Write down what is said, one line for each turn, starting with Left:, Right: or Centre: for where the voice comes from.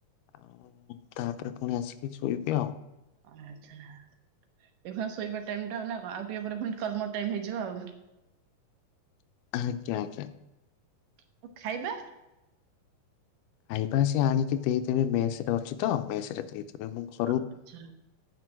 Left: ଆଉ ତାପରେ ପୁଣି ଆସିକି ଶୋଇବି ଆଉ।
Right: ଆଚ୍ଛା ଏବେ କଣ ଶୋଇବା ଟାଇମ୍ ଟା ନା ଆଉ କଣ ଟିକେ ପରେ ପୁଣି କର୍ମ ଟାଇମ୍ ହେଇଯିବ ଆଉ।
Left: ଆଜ୍ଞା ଆଜ୍ଞା।
Right: ଆଉ ଖାଇବା?
Left: ଖାଇବା ସେ ଆଣିକି ଦେଇଦେବେ ମେସ୍ ରେ ଅଛୁ ତ ମେସ୍ ରେ ଦେଇ <unintelligible>
Right: ଆଚ୍ଛା